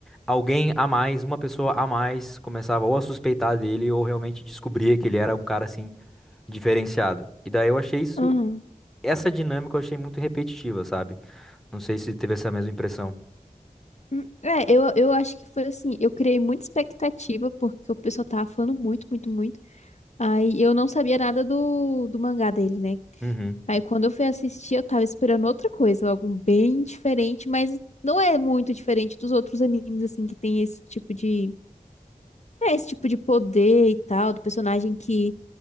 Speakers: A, in the centre; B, on the left.
A: alguém a mais, uma pessoa a mais, começava ou a suspeitar dele ou realmente descobria que ele era um cara assim diferenciado. E daí eu achei isso,
B: uhum.
A: essa dinâmica eu achei muito repetitiva, sabe? Não sei se teve essa mesma impressão.
B: Hum, É, eu, eu acho que foi assim. Eu criei muita expectativa porque o pessoal tava falando muito, muito, muito. Aí eu não sabia nada do, do mangá dele, né?
A: Uhum.
B: Aí quando eu fui assistir, eu tava esperando outra coisa, algo bem diferente, mas não é muito diferente dos outros animes, assim, que tem esse tipo de. É, esse tipo de poder e tal, do personagem que